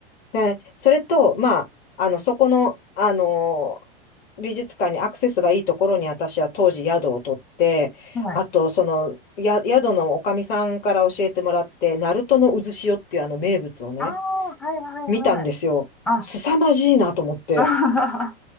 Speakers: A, on the left; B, in the centre.
A: で、それと、まあ、あの、そこの、あの美術館にアクセスがいいところに私は当時宿を取って、
B: ーはい。
A: あと、その、や、宿のおかみさんから教えてもらって、ナルトの渦潮っていうあの名物をね、
B: ああ、はいはいはい。
A: 見たんですよ。
B: あ、
A: 凄まじいなと思って。
B: あ